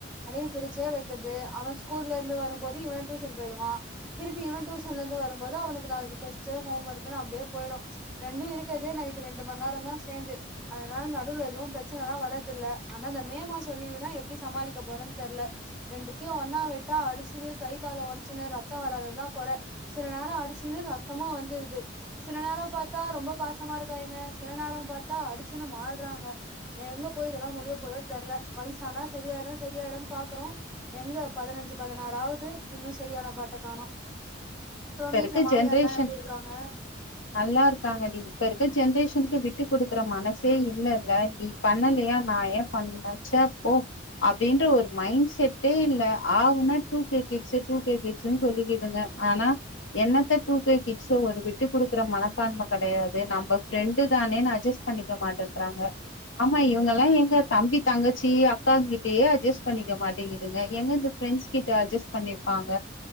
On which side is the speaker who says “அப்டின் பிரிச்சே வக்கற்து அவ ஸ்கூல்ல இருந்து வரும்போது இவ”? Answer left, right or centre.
Centre